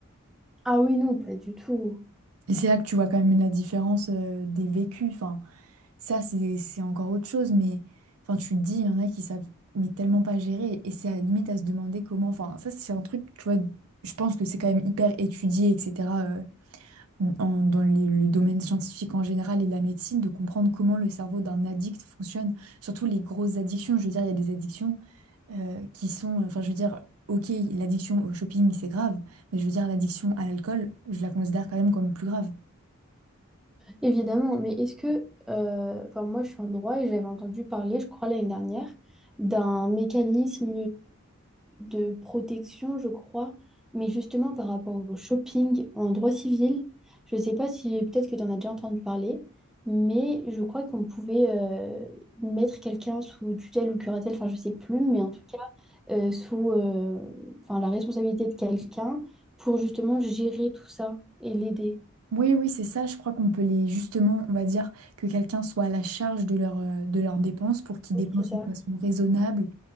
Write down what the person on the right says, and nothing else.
Et c'est là que tu vois quand même la différence, euh, des vécus. Enfin, Ça, c'est c'est encore autre chose, mais enfin, tu te dis, il y en a qui savent mais tellement pas gérer, et c'est à la limite à se demander comment. Enfin, ça, c'est un truc, tu vois, je pense que c'est quand même hyper étudié, etc., euh, en- dans les- le domaine scientifique en général et la médecine, de comprendre comment le cerveau d'un addict fonctionne, surtout les grosses addictions. Je veux dire, il y a des addictions euh, qui sont, enfin, je veux dire, ok, l'addiction au shopping, c'est grave, mais je veux dire, l'addiction à l'alcool, je la considère quand même comme plus grave.
Oui, oui, c'est ça. Je crois qu'on peut les, justement, on va dire que quelqu'un soit à la charge de leur, euh, de leurs dépenses pour qu'ils dépensent
de façon raisonnable.